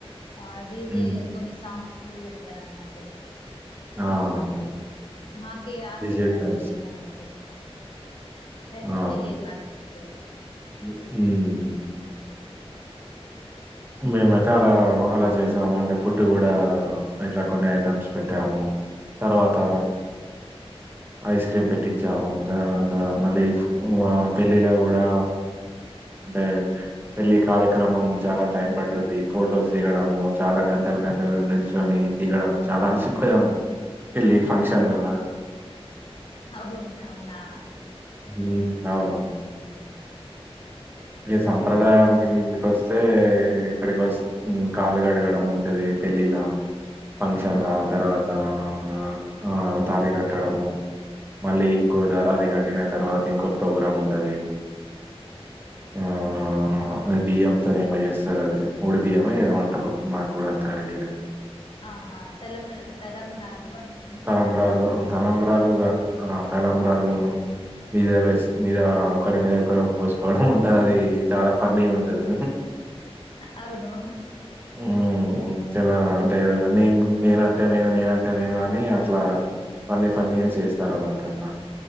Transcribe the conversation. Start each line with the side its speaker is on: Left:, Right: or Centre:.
Left: ఆ డీజే
Right: హ్మ్.
Left: కొన్ని సాంగ్స్ పెడతారు అన్నట్
Right: ఆ ఆ!
Left: మాకీ ఆర్కెస్ట్రా
Right: డిజెట్ నైస్
Left: లేదన్నట్టు ఫెసిలిటీ
Right: ఆ
Left: లేదు ఆర్కెస్ట్రా ది
Right: ఉమ్ మేమైతే అలా అలా చేసాము అంటే ఫుడ్ కూడా ఇట్లా కొన్ని ఐటమ్స్ పెట్టాము తర్వాత ఐస్ క్రీమ్ పెట్టించాము తర్వాత మళ్ళీ ఉ అ పెళ్ళిలో కూడా అంటే పెళ్ళి కార్యక్రమం చాలా టైం పట్టుద్ది ఫొటోస్ దిగడము చాలా గంటలు గంటలు నీలుచొని తిగడం చాలా అలసిపోయాం మేము పెళ్లిి ఫంక్షన్లల
Left: అవును. అవునా!
Right: ఉమ్ అవునవు
Left: ఉమ్
Right: ఈ సాంప్రదాయంకి వస్తే ఇక్కడి కొస్ కళ్ళు గడగడం ఉంటది. పెళ్ళిలా, ఫంక్షన్లా
Left: ఆ!
Right: తర్వాతా ఆ ఆ తాళి కట్టడము మళ్ళీ ఇంకో ధర అది కట్టిన తర్వాత ఇంకో ప్రోగ్రాం ఉంటది. ఆ ఆ బియ్యంతోనేమో చేస్తార్ అది ఒడిబియ్యమ ఏదో అంటరు నాక్కూడా అంత ఐడియా లేదు
Left: ఆహా తలం తలంబ్రాలు
Right: తలంబ్రాలు తలంబ్రాలుగా తలంబ్రాలును మీద రైస్ మీద ఒకరి మీద ఒకరు పోస్కోవడం ఉంటద్ అది చాలా ఫన్నీగుంటది
Left: అవును
Right: ఉమ్ చాలా అంటే నేను నేనంటే నేను నేనంటే నేను అని అట్లా అన్నీ ఫన్నీగా చేస్తారన్నమాట అట్లా